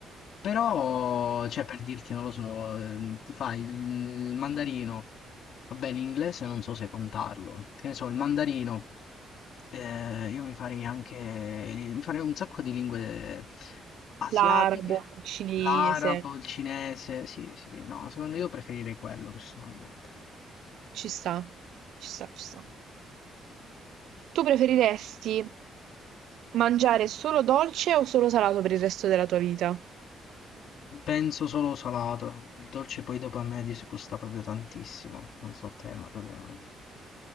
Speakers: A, on the left; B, on the right.
A: Però, cioè, per dirti, non lo so, ehm, ti fai il mandarino, vabbè, l'inglese non so se contarlo, che ne so, il mandarino, eh, io mi farei anche, mi farei un sacco di lingue asiatiche,
B: L'arabo, il cinese.
A: l'arabo, il cinese, sì, sì, no, secondo io preferirei quello personalmente.
B: Ci sta, ci sta, ci sta. Tu preferiresti mangiare solo dolce o solo salato per il resto della tua vita?
A: Penso solo salato, il dolce poi dopo a me disgusta proprio tantissimo, non so te, ma proprio non